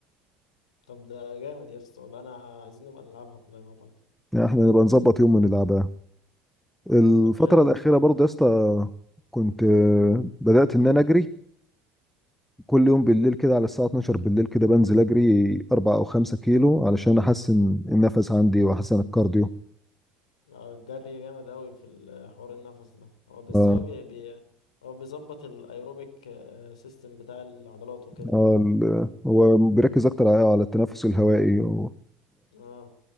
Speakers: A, on the left; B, in the centre.
A: طب ده جامد يا اسطى والله انا عايزين نبقى نلعبها والله مع بعض
B: يعني احنا نبقى نظبط يوم ونلعبها الفترة
A: طب حلو
B: الأخيرة برضه يا اسطى كنت آه،
A: امم
B: بدأت إن أنا أجري كل يوم بالليل كده على الساعة 12 بالليل كده بنزل أجري أربعة أو خمسة كيلو علشان أحسن النفس عندي وأحسن الكارديو
A: آه الجري جامد قوي في ال- حوار النفس ده هو بس
B: آه
A: هو بي... بي... هو بيظبط الايروبيك سيستم بتاع العضلات وكده
B: آه ال- هو بيركز أكتر على على التنفس الهوائي و-
A: اه